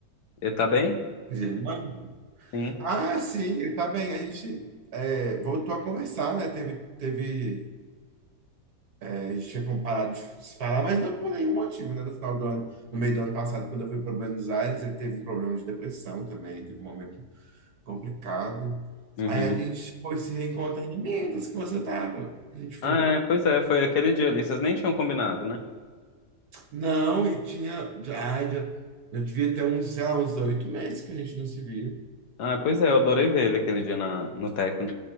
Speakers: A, on the left; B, on the right.
A: Ele tá bem?
B: Germano?
A: Sim.
B: Ah, sim, ele tá bem. A gente é, voltou a conversar, né? Teve, teve A gente tinha como parado de se falar, mas não por nenhum motivo, né? No final do ano, no meio do ano passado, quando eu fui para Buenos Aires, ele teve um problema de depressão também, teve um momento complicado.
A: Uhum.
B: Aí a gente foi se reencontrar em Mendas, que você tava. A gente foi.
A: Ah, é, pois é, foi aquele dia ali. Vocês nem tinham combinado, né?
B: Não, e tinha. já- Ai, já, já devia ter uns, sei lá, uns oito meses que a gente não se via.
A: Ah, pois é, eu adorei ver ele aquele dia na, no Tecno.